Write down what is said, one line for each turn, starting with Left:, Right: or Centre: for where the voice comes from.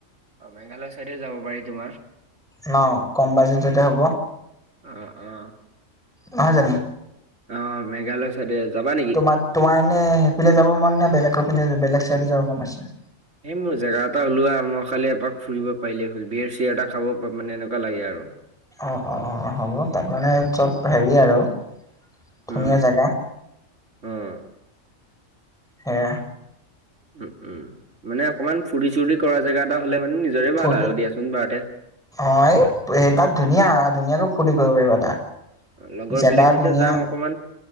Right: অ, মেঘালয় চাইডে যাব পাৰি তোমাৰ।
Centre: ন, কম বাজেটতে হ'ব।
Right: অ অ।
Centre: নহয় জানো?
Right: অঁ, মেঘালয় চাইডে যাবা নেকি?
Centre: তোমাৰ তোমাৰ এনে সেইফালে যাব মন নে, বেলেগফালে, বেলেগ চাইডে যাব মন আছিল?
Right: সেই মোৰ বাবে জেগা এটা উলোৱা। মই খালি এপাক ফুৰিব পাৰিলে হ'ল। বিৱেৰ চিৱেৰ এটা খাব এনেকুৱা লাগে আৰু।
Centre: অ', অ, হ'ব। তাত মানে চব হেৰি আৰু ধুনীয়া
Right: উম
Centre: জেগা।
Right: অ',
Centre: সেয়া।
Right: উম উম, মানে অকণমান ফূৰ্তি চূৰ্তি কৰিব পৰা জেগা এটা হ'লে নিজৰে
Centre: ফূৰ্তি
Right: ভাল আৰু দিয়া‌চোন বাৰুতে
Centre: অ', এই এই, তাত ধুনীয়া ধুনীয়াকৈ ফূৰ্তি কৰিব পাৰিবা তাত।
Right: লগৰবিলাক
Centre: জেগা
Right: তেতিয়া
Centre: ধুনীয়া
Right: যাম অকণমান